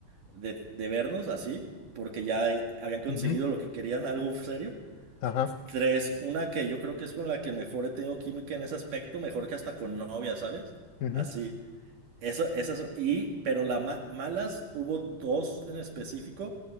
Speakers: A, on the right; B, on the left.
A: de, de vernos así, porque ya eh, habían conseguido
B: ujú,
A: lo que querían, algo serio.
B: Ajá.
A: Tres, una que yo creo que es con la que mejor he tenido química en ese aspecto, mejor que hasta con novia, ¿sabes?
B: ujú,
A: Así, esa, esas, y, pero las malas, hubo dos en específico